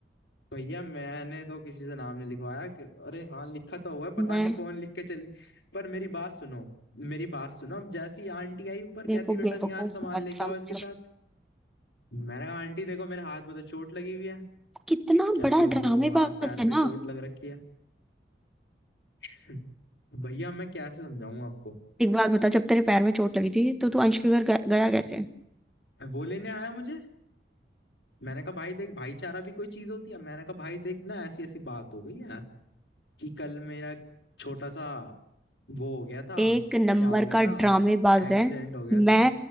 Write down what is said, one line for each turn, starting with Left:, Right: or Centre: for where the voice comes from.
Left: भैया मैंने तो किसी से नाम नहीं लिखवाया कि- अरे हाँ लिखा तो हुआ है पता
Centre: मैं
Left: नहीं कौन लिख के चली पर मेरी बात सुनो मेरी बात सुनो अब जैसी आंटी आई ऊपर कहती
Centre: मेरे को
Left: बेटा
Centre: बेवकूफ
Left: निहार सामान
Centre: मत
Left: लेके
Centre: समझ
Left: आओ इसके साथ मैंने कहा आंटी देखो मेरे हाथ पे तो चोट लगी हुई है
Centre: कितना
Left: कहती
Centre: बड़ा
Left: हो
Centre: ड्रामेबाज
Left: हो हाथ पैर
Centre: है
Left: पे
Centre: ना
Left: चोट लग रखी है <laughs> भैया मैं कैसे समझाऊं आपको
Centre: एक बात बता जब तेरे पैर में चोट लगी थी तो तू अंश के घर ग- गया कैसे
Left: वो लेने आया मुझे मैंने कहा भाई देख भाईचारा भी कोई चीज होती है मैंने कहा भाई देख ना ऐसी ऐसी बात हो गई है कि कल मेरा छोटा सा वो हो गया था
Centre: एक नंबर
Left: क्या हो गया
Centre: का
Left: था
Centre: ड्रामेबाज
Left: एक्सीडेंट
Centre: है
Left: हो गया था
Centre: मैं